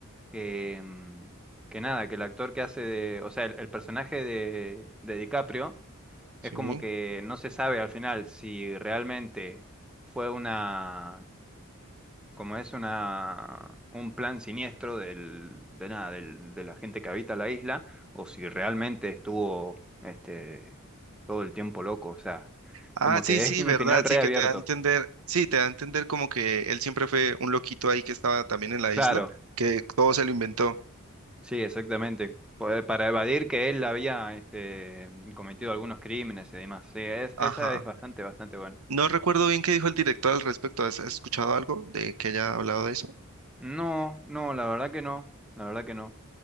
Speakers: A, in the centre; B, on the right (about 80°).
A: que, mm, que nada, que el actor que hace de, o sea, el, el personaje de, de DiCaprio es
B: Sí.
A: como que no se sabe al final si realmente fue una, como es una, un plan siniestro del, de nada, del, de la gente que habita la isla, o si realmente estuvo, este, todo el tiempo loco, o sea,
B: Ah,
A: como que
B: sí, sí,
A: es un
B: verdad,
A: final reabierto.
B: sí, que te da a entender, sí, te da a entender como que él siempre fue un loquito ahí que estaba también en la
A: Claro.
B: isla, que todo se lo inventó.
A: Sí, exactamente. Poder- Para evadir que él había este, cometido algunos crímenes y demás. Sí, es-
B: Ajá.
A: esa es bastante, bastante buena.
B: No recuerdo bien qué dijo el director al respecto. ¿Has has escuchado algo de que haya hablado de eso?
A: No, no, la verdad que no. La verdad que no.